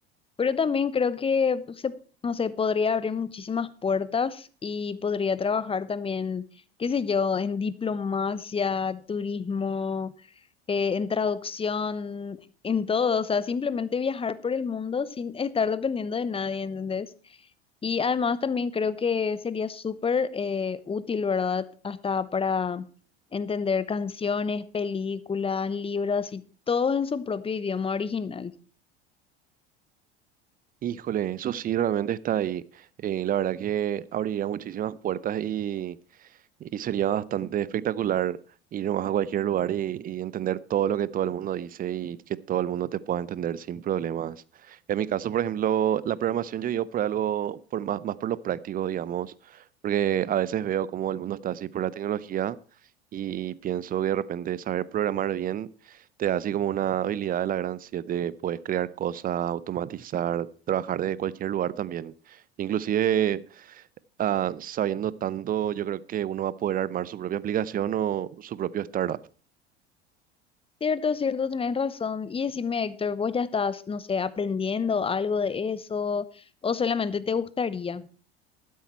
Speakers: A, on the left; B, on the right.
A: Pero también creo que se, no sé, podría abrir muchísimas puertas y podría trabajar también, qué sé yo, en diplomacia, turismo, eh, en traducción, en todo. O sea, simplemente viajar por el mundo sin estar dependiendo de nadie, ¿entendés? Y además también creo que sería súper eh, útil, ¿verdad? Hasta para entender canciones, películas, libros y todo en su propio idioma original.
B: Híjole, eso sí realmente está ahí. Eh, la verdad que abriría muchísimas puertas y Y sería bastante espectacular ir nomás a cualquier lugar y, y entender todo lo que todo el mundo dice y que todo el mundo te pueda entender sin problemas. En mi caso, por ejemplo, la programación yo digo por algo, por más, más por lo práctico, digamos, porque a veces veo cómo el mundo está así por la tecnología y pienso que de repente saber programar bien te da así como una habilidad de la gran siete, puedes crear cosas, automatizar, trabajar desde cualquier lugar también. Inclusive ah, sabiendo tanto, yo creo que uno va a poder armar su propia aplicación o su propio startup.
A: Cierto, cierto, tenés razón. Y decime, Héctor, ¿vos ya estás, no sé, aprendiendo algo de eso o solamente te gustaría?